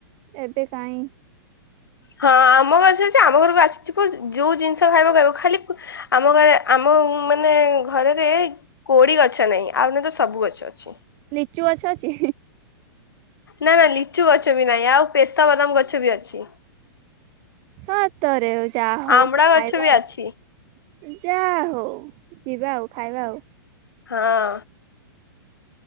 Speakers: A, on the right (about 35°); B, on the left (about 70°).
A: ଏବେ କାଇଁ?
B: ହଁ ଆମ ଗଛ ଅଛି ଆମ ଘରୁକୁ ଆସିଛି ପୁ ଯୋଉ ଜିନିଷ ଖାଇବୁ ଖାଇବୁ ଖାଲି ଆମ ଘରେ ଆମ ମାନେ ଘରରେ କୋଳି ଗଛ ନାହିଁ ଆଉ ନ ତ ସବୁ ଗଛ ଅଛି।
A: ଲିଚୁ ଗଛ ଅଛି?
B: ନାଁ ନାଁ ଲିଚୁ ଗଛ ବି ନାହିଁ ଆଉ ପେସ୍ତା ବାଦାମ ଗଛ ବି ଅଛି।
A: ସତରେ ଆଉ ଯା ହଉ
B: ଆମ୍ବଡା
A: ଖାଇବା
B: ଗଛ ବି
A: ଆଉ
B: ଅଛି
A: ଯା ହଉ ଯିବା ଆଉ ଖାଇବା ଆଉ।
B: ହଁ।